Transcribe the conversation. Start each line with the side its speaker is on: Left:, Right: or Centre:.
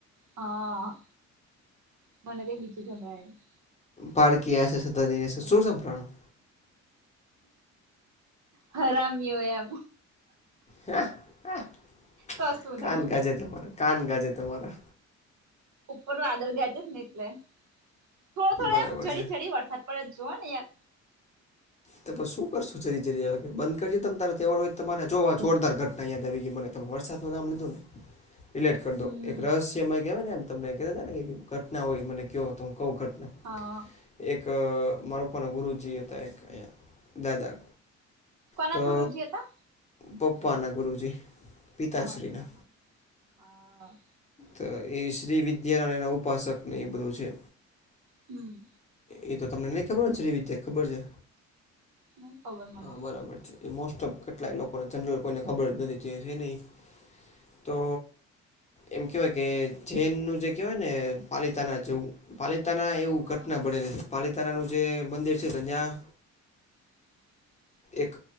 Right: હા. મને કઈ નીચે <unintelligible>
Left: પાારકીશે છેધાદી શુંર પ્રાણું
Right: હરામિયો એમ.
Left: <unintelligible>
Right: કશું
Left: કાન
Right: નહી
Left: ગાજે તમારા કાન ગાજે તમારા
Right: ઉપર વાદળ ગાયજે ને એટલે થોડો થોડો
Left: બરાબર
Right: એમ જડી
Left: છે
Right: જડી વરસાદ પડે જુઓને યાર.
Left: તો પણ શું કરશું જરી જરી આવે બંધ કરી દયો તમ તારે તેવર હોય તમારે જોવો આ જોરદાર ઘટના યાદ આવી ગઈ મને તમે વરસાદનું નામ લીધું ને.
Right: <inaudible>
Left: ડિલેટ કર દવ
Right: હમ
Left: એક રહસ્ય એમ કહેવાય, ને એમ તમને કહેતા ને કે ઘટના હોય મને કહો તો હું કહું ઘટના
Right: હા.
Left: એક મારા પપ્પા ના ગુરુજી હતા, એક અહીંયા દાદા.
Right: કોના
Left: તો
Right: ગુરુજી હતા,?
Left: પપ્પાના ગુરુજી. પિતાશ્રીના
Right: અચ્છા, હા, હ.
Left: તો એ શ્રી વિદ્યાનાયના ઉપાસકને એ બધું છે.
Right: હમ
Left: એ તો તમને નહીં ખબર હોયને, શ્રી વિદ્યા ખબર છે.
Right: નહી ખબર મને
Left: હા, બરાબર છે. એ મોસ્ટ ઓફ કેટલાય લોકોને જનરલ કોઈને ખબર જ નથી, જે છે ને ઈ તો. એમ કહેવાય કે, જૈનનું જે કહેવાય ને, પાલીતાના જેવું. પાલીતાણા એવું
Right: હા
Left: ઘટના બનેલી હતી, પાલીતાણાનું જે મંદિર છે, તો ન્યાય.
Right: <unintelligible>
Left: એક